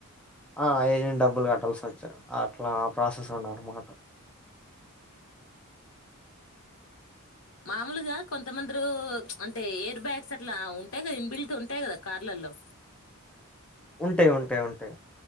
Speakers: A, in the centre; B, on the left.
A: ఆ ఏజెంట్ డబ్బులు కట్టాల్సి వచ్చా అట్లా ప్రాసెస్ ఉండారమాట.
B: మామూలుగా కొంతమందరు చ్ అంటే ఎయిర్ బ్యాగ్స్ అట్లా ఉంటయి కదా ఇన్బిల్ట్ ఉంటయి కదా కార్లలో.
A: ఉంటయి, ఉంటయి, ఉంటయి.